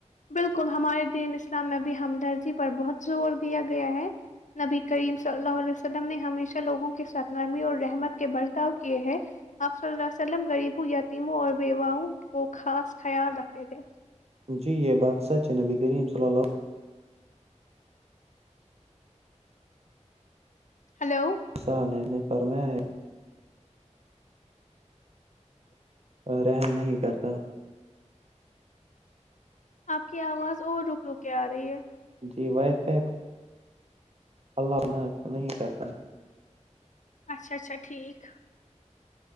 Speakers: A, on the left; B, on the right.
A: بالکل ہمارے دین اسلام میں بھی ہمدردی پر بہت زور دیا گیا ہے نبی کریم صلی اللہ علیہ وسلم نے ہمیشہ لوگوں کے ساتھ نرمی اور رحمت کے برتاؤ کیے ہے آپ صلی اللہ عیہ وسلم غریبوں یتیموں اور بیواؤں کو خاص خیال رکھتے تھے
B: جی یہ بات سچ ہے نبی کریم صلی ال
A: ہلو
B: حصا لینے فرم ہے رحم نہیں کرتا
A: آپ کی آواز اور رک رک آ رہی ہے
B: جی وائی فائی اللہن نہیں کرتا
A: اچھا اچھا ٹھیک